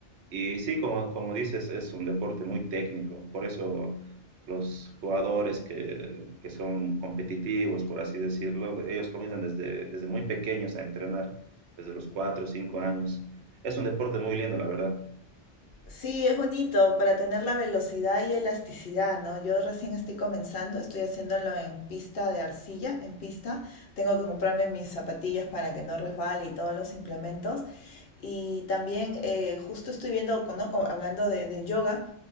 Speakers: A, on the right (about 70°); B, on the left (about 55°).
A: Y sí, como, como dices, es un deporte muy técnico, por eso los jugadores que, que son competitivos, por así decirlo, ellos comienzan desde, desde muy pequeños a entrenar, desde los 4 o 5 años. Es un deporte muy lindo, la verdad.
B: Sí, es bonito para tener la velocidad y elasticidad, ¿no? Yo recién estoy comenzando, estoy haciéndolo en pista de arcilla, en pista. Tengo que comprarme mis zapatillas para que no resbale y todos los implementos. Y también eh, justo estoy viendo, ¿no? Como hablando de, de yoga,